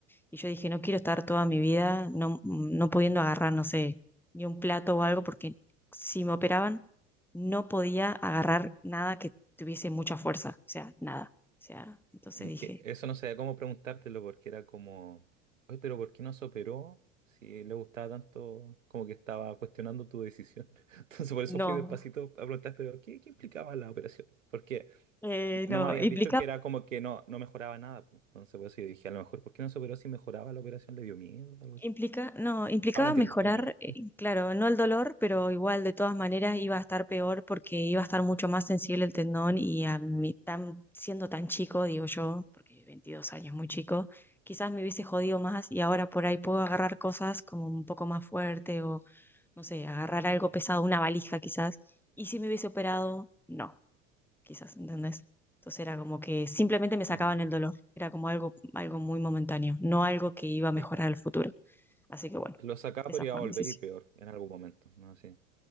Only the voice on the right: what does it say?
Es
que eso no sabía cómo preguntártelo porque era como, oye, pero ¿por qué no se operó? Si le gustaba tanto, como que estaba cuestionando tu decisión. <laughs> Entonces por eso
fui despacito a preguntar, pero ¿qué, qué implicaba la operación? Porque
no
me habías
dicho que era como que no, no mejoraba nada. pues. Entonces por eso yo dije, a lo mejor, ¿por qué no se operó si mejoraba la operación? ¿Le dio miedo o algo así?
Ahora entiendo,
ahora entiendo.
Mm,
sí.
Lo sacaba,
pero iba
a volver
y peor en algún momento, ¿no? Sí.